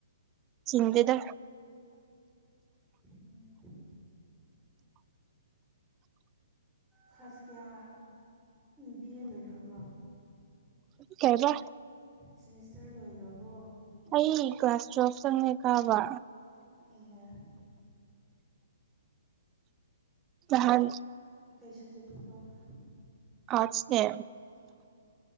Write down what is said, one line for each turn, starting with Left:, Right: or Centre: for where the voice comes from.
Right: ꯆꯤꯟꯗꯦꯗ
Centre: ꯎꯝ ꯀ꯭ꯂꯥꯁ ꯀꯌꯥ ꯕꯤ ꯑꯦ ꯂꯣꯏꯈ꯭ꯔꯕꯣ
Right: ꯀꯩꯔ
Centre: ꯁꯤꯃꯦꯁꯇꯔ ꯂꯣꯏꯈ꯭ꯔꯔꯕꯣ
Right: ꯑꯩ ꯀꯂ꯭ꯥꯁ ꯇ꯭ꯔꯣꯞ ꯆꯪꯉꯦ ꯀꯥꯕ
Centre: ꯏꯍ
Right: ꯅꯍꯥꯟ
Centre: ꯀꯔꯤ ꯁꯕꯖꯦꯛ ꯂꯧꯕ
Right: ꯑꯁꯦ